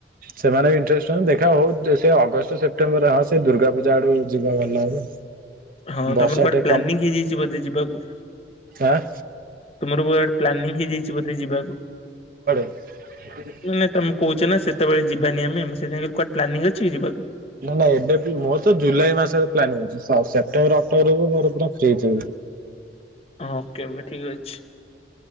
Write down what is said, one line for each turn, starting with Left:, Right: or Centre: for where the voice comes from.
Right: ସେମାନେ ବି ଇଣ୍ଟରେଷ୍ଟ ଦେଖା ହଉ ସେ ଅଗଷ୍ଟ ସେପ୍ଟେମ୍ବରରେ ହଁ ସେ ଦୁର୍ଗା ପୂଜା ଆଡୁ ଯିବା ଭଲ ହବ।
Left: ହଁ
Right: ବର୍ଷା
Left: ତମର କୁଆଡେ
Right: ଟିକେ
Left: ପ୍ଲାନିଂ
Right: କମ୍
Left: ହେଇଯାଇଛି ବୋଧେ ଯିବାକୁ?
Right: ଆଁ
Left: ତୁମର ବୁଆଡେ ପ୍ଲାନିଂ ହେଇଯାଇଛି ବୋଧେ ଯିବାକୁ?
Right: <inaudible>
Left: ମାନେ ତମେ କହୁଛ ନା ସେତେବେଳେ ଯିବାନି ଆମେ ମୁଁ ସେଥିପାଇଁ କହିଲ କୁଆଡେ ପ୍ଲାନିଂ ଅଛି ଯିବାକୁ।
Right: ନାଁ ନା ଏବେ ବି ମୋର ତ ଜୁଲାଇ ମାସରେ ପ୍ଲାନିଂ ଅଛି, ସ ସେପ୍ଟେମ୍ବର ଅକ୍ଟୋବରକୁ ମୋର ପୁରା ଫ୍ରି ଥିବି।
Left: ଓକେ ଏବେ ଠିକ୍ ଅଛି।